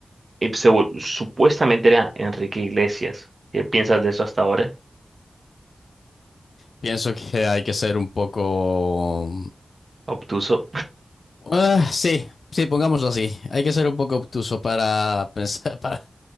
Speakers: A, on the right; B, on the left.
A: y se vol- supuestamente era Enrique Iglesias. ¿Qué piensas de eso hasta ahora?
B: Pienso que hay que ser un poco...
A: Obtuso.
B: Ah, sí, sí, pongámoslo así. Hay que ser un poco obtuso para <laughs> pensar, para...